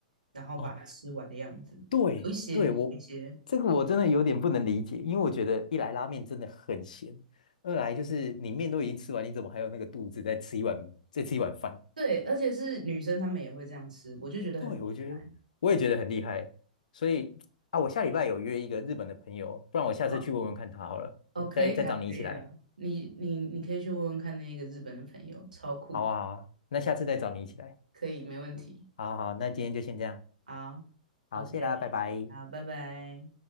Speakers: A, on the right; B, on the left.
A: 然后把它吃完的样子。
B: 哦，对对，
A: 有一些，
B: 我这个我真的有点不能理解，
A: 有一些，
B: 因为我觉得一来拉面真的很咸，二来就是你面都已经吃完，你怎么还有那个肚子再吃一碗再吃一碗饭？
A: 对，而且是女生她们也会这样吃，我就觉得很厉害。
B: 对，我觉得我也觉得很厉害，所以啊，我下礼拜有约一个日本的朋友，不然我下次去问问看他好了，
A: 嗯，哦，可以啊，
B: 再再找你一起来，
A: 可以啊，你你你可以去问问看那个日本的朋友，超酷
B: 好啊好啊，那下次再找你一起来，
A: 可以，没问题。
B: 好好好那今天就先这样，
A: 好，OK，
B: 好，谢啦，拜拜。
A: 好，拜拜。